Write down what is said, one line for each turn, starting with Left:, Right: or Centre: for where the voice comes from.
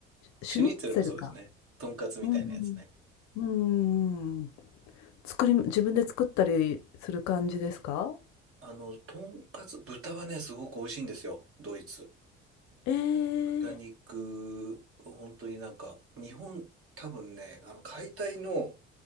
Left: シュニッツェルか。
Right: シュニッツェルもそうですね。とんかつみたいなやつね。
Left: うん。うん。作り、自分で作ったりする感じですか
Right: あの、とんかつ、豚はね、すごく美味しいんですよ、ドイツ。
Left: ええ
Right: 豚肉、本当になんか、日本、多分ね、あの、解体の